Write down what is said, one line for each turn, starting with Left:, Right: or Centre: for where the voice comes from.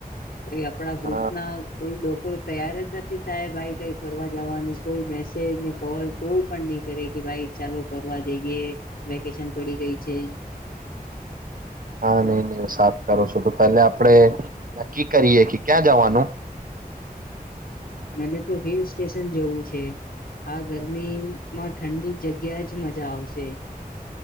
Left: તો આપણા
Right: અ,
Left: ગ્રુપ ના કોઈ લોકો તૈયર જ નથી થાય ભાઈ કઈ ફરવા જવાનું કોઈ મેસેજ ને કોલ કોઈ પણ નહી કરે કે ભાઈ ચાલો ફરવા જઈએ વેકેશન પડી ગઈ છે
Right: હા નહી નહીં સાફ કરો છો તો પેલા આપડે નક્કી કરીએ કે ક્યાં જવાનું
Left: મને તો હિલ સ્ટેશન જેવું છે આ ગરમીમાં ઠંડી જગ્યા જ મજા આવશે